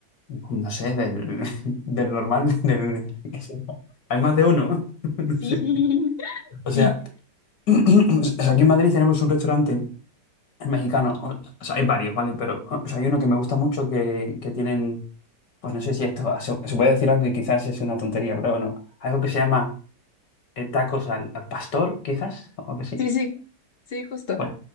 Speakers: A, on the left (about 70°); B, on the left (about 40°).
A: no sé, del, <laughs> del normal, del... Hay más de uno. <laughs> No
B: Sí.
A: sé.
B: <laughs>
A: O sea,
B: Sí,
A: <clears throat> o sea, aquí en Madrid tenemos un restaurante mexicano. O o sea, hay varios, ¿vale? Pero o sea, hay uno que me gusta mucho que, que tienen. Pues no sé si esto se, se puede decir algo que quizás es una tontería, pero bueno. Algo que se llama eh, tacos al, al pastor, quizás, o algo así.
B: sí, sí, sí, justo.
A: Pues,